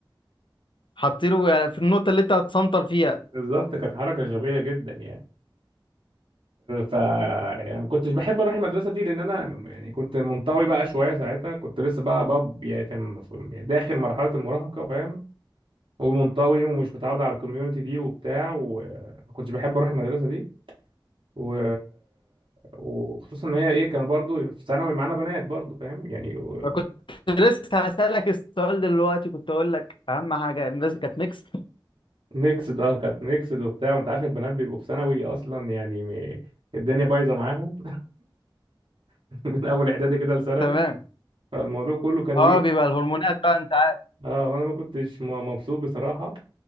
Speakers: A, on the left; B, on the right.
A: حاطينه يعني في النقطة اللي انت هتسنطر فيها
B: <laughs> بالظبط كانت حركه غبيه جدا يعني ف يعني ما كنتش بحب اروح المدرسه دي لان انا يعني كنت منطوي بقى شويه ساعتها كنت لسه بقى باب يعني في في- داخل مرحله المراهقه فاهم ومنطوي ومش متعود على الكوميونتي دي وبتاع وما كنتش بحب اروح المدرسه دي و... وخصوصا ان هي ايه كانوا برضو في ثانوي معانا بنات برضو فاهم يعني و...
A: أنا كنت لسه هسألك السؤال دلوقتي كنت أقول لك أهم حاجة إن لازم كانت ميكس
B: ميكس ده كانت ميكس ده وبتاع وانت عارف البنات بيبقوا في ثانوي اصلا يعني م... الدنيا بايظه معاهم <laughs> من اول اعدادي كده لثانوي
A: تمام
B: فالموضوع كله كان
A: أه
B: ويل
A: بيبقى الهرمونات بقى أنت عارف
B: اه وانا ما كنتش م- مبسوط بصراحه